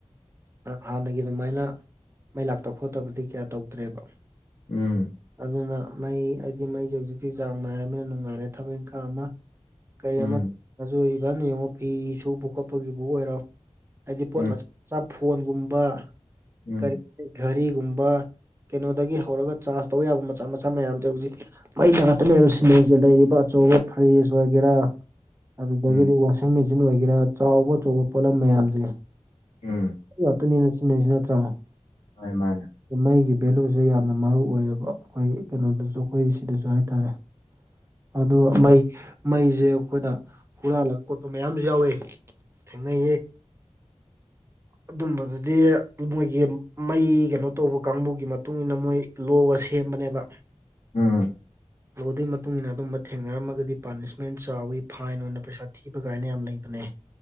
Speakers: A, on the right (about 20°); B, on the left (about 70°).
A: ꯍꯥꯟꯅꯒꯤ ꯑꯗꯨꯃꯥꯏꯅ ꯃꯩ ꯂꯥꯛꯇ ꯈꯣꯠꯇꯕꯗꯤ ꯀꯌꯥ ꯇꯧꯗ꯭ꯔꯦꯕ
B: ꯎꯝ
A: ꯑꯗꯨꯅ ꯃꯩ ꯍꯥꯏꯗꯤ ꯃꯩꯁꯦ ꯍꯧꯖꯤꯛꯇꯤ ꯆꯥꯡ ꯅꯥꯏꯔꯕꯅꯤꯅ ꯅꯨꯡꯉꯥꯏꯔꯦ ꯊꯕꯛ ꯏꯪꯈꯥꯡ ꯑꯃ ꯀꯩ
B: ꯎꯝ
A: ꯑꯃ ꯑꯗꯨ ꯏꯚꯟ ꯌꯦꯡꯉꯣ ꯐꯤ ꯁꯨꯕ ꯈꯣꯠꯄꯒꯤꯕꯨ ꯑꯣꯏꯔꯣ ꯍꯥꯏꯗꯤ ꯄꯣꯠ
B: ꯎꯝ
A: ꯃꯆꯥ ꯐꯣꯟꯒꯨꯝꯕ
B: ꯎꯝ
A: ꯀꯔꯤ ꯘꯔꯤꯒꯨꯝꯕ ꯀꯩꯅꯣꯗꯒꯤ ꯍꯧꯔꯒ ꯆꯥꯖ ꯇꯧꯕ ꯌꯥꯕ ꯃꯆꯥ ꯃꯆꯥ ꯃꯌꯥꯝꯗꯣ ꯍꯧꯖꯤꯛ ꯃꯩꯗ ꯉꯥꯛꯇꯅꯦꯕ ꯁꯤꯖꯤꯟꯅꯔꯤꯁꯦ ꯂꯩꯔꯤꯕ ꯑꯆꯧꯕ ꯐ꯭ꯔꯤꯖ ꯑꯣꯏꯒꯦꯔꯥ ꯑꯗꯨꯗꯒꯤꯗꯤ
B: ꯎꯝ
A: ꯋꯥꯁꯤꯡ ꯃꯦꯆꯤꯟ ꯑꯣꯏꯒꯦꯔꯥ ꯆꯥꯎꯕ ꯑꯆꯧꯕ ꯄꯣꯠꯂꯝ ꯃꯌꯥꯝꯁꯦ
B: ꯎꯝ
A: ꯌꯥꯇꯅꯤꯅꯦ ꯁꯤꯖꯤꯟꯅꯩꯁꯦ ꯅꯠꯇ꯭ꯔꯥ
B: ꯍꯣꯏ ꯃꯥꯅꯦ
A: ꯃꯩꯒꯤ ꯚꯦꯂꯨꯁꯦ ꯌꯥꯝꯅ ꯃꯔꯨ ꯑꯣꯏꯌꯦꯕ ꯑꯩꯈꯣꯏ ꯀꯩꯅꯣꯗꯁꯨ ꯑꯩꯈꯣꯏ ꯁꯤꯗꯁꯨ ꯍꯥꯏꯇꯥꯔꯦ ꯑꯗꯣ ꯃꯩ ꯃꯩꯁꯦ ꯑꯩꯈꯣꯏꯗ ꯍꯨꯔꯥꯜꯂ ꯈꯣꯠꯄ ꯃꯌꯥꯝꯁꯨ ꯌꯥꯎꯏ ꯊꯦꯡꯅꯩꯌꯦ ꯑꯗꯨꯝꯕꯗꯨꯗꯤ ꯃꯣꯏꯒꯤ ꯃꯩ ꯀꯩꯅꯣ ꯇꯧꯕ ꯀꯥꯡꯕꯨꯒꯤ ꯃꯇꯨꯡ ꯏꯟꯅ ꯃꯣꯏ ꯂꯣ ꯁꯦꯝꯕꯅꯦꯕ
B: ꯎꯝ
A: ꯂꯣ ꯗꯨꯏ ꯃꯇꯨꯡ ꯏꯟꯅ ꯑꯗꯨꯝꯕ ꯊꯦꯡꯅꯔꯝꯃꯒꯗꯤ ꯄꯥꯅꯤꯁꯃꯦꯟ ꯆꯥꯎꯋꯤ ꯐꯥꯏꯟ ꯑꯣꯏꯅ ꯄꯩꯁꯥ ꯊꯤꯕ ꯀꯥꯏꯅ ꯌꯥꯝꯅ ꯂꯩꯕꯅꯦ